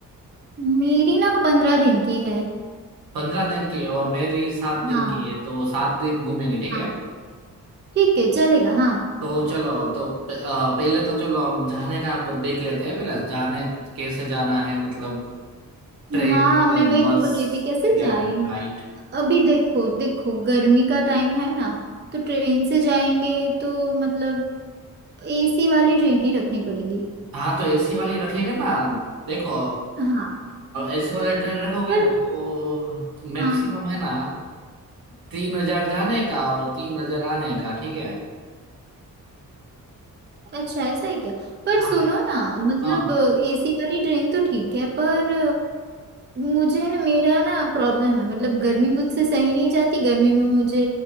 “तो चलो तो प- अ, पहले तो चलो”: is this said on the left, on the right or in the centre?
Right